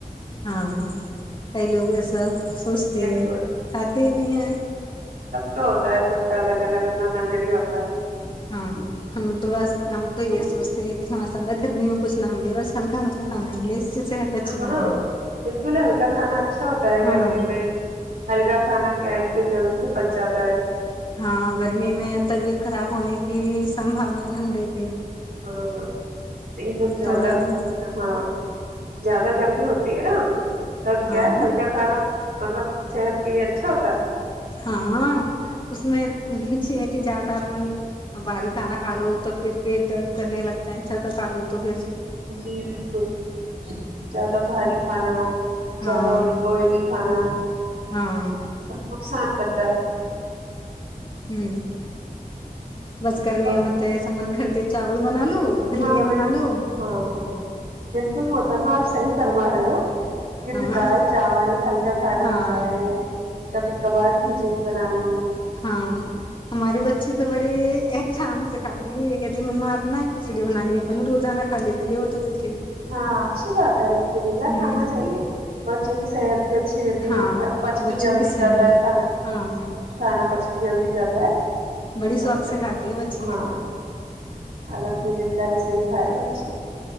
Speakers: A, on the left (about 30°); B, on the right (about 75°).
A: ہاں کئی لوگ ایسا سوچتے
B: بالکل
A: ہیں کھاتے بھی ہیں
B: تو ہوتا ہے سب کا الگ الگ اپنا نظریہ ہوتا ہے
A: ہاں ہمیں تو بس ہم تو یہ سوچتے ہیں کہ ماشاء اللہ گرمی میں کچھ نہ ملے بس ہلکا ہلکا کھانا ملے اس سے صحت اچھی
B: ہاں
A: بنی رہے
B: بالکل ہلکا کھانا اچھا ہوتا ہے گرمی
A: ہاں
B: میں ہلکا کھانا کیا ہے پ جضوری سے پچ جاتا ہے
A: ہاں گرمی میں طبیعت خراب ہونے کی بھی سمباونا کم رہی
B: ہاں لیکن جب زیادہ
A: تھوڑا بھی
B: ہاں زیادہ گرمی ہوتی ہے نا تب کیا
A: ہاں
B: ہے ہلکا کھانا مطلب صحت کے لیے اچھا ہوتا ہے
A: ہاں اس میں کہ زیادہ اپن باہیک کھانا کھا لو تو پھر پیٹ درد کرنے لگتا ہے زیادہ کھا لو تو پھر
B: جی بالکل زیادہ بھاری کھانا زیادہ
A: ہاں
B: ہو ہوئی نہیں اور
A: ہاں
B: نقصان کرتا ہے
A: ہوں بس کرمییا
B: اور
A: مت ای سا من کرھر چاول بنا لو دلیا
B: ہاں بالکل
A: بنا لو
B: ہاں ہاں بالکل محترما آپ صحیح فرمار رہو جیسے
A: ہاں
B: دال چاول ہلکا کھانا
A: ہاں
B: ہوتا ہے کبھی کبار کھچڑی بنا لو
A: ہاں ہماری بچی تو بڑی شام سے کھاتی ہے یہ کہتی ما آپ نا کھچڑی بنا لیا کو روزانہ کھا لیتی ہے وہ تو کھچڑی
B: ہاں اچچھی بات ہےے گریلا
A: ہوں
B: کھانا چاہیے بچوں کی صحت اچھی رہتی
A: ہاں
B: ہے پچ بھی
A: بچوں
B: جلدی
A: کی سیوئیں
B: جیااتا ہے کھانا
A: ہاں
B: کھانا پچ جلدی جاتا ہے
A: بڑی
B: تو
A: شوق
B: اچھا
A: سے کھاتے ہیں بچے
B: ہاں الب کے دہ ایسے ہی کھایا تھا جی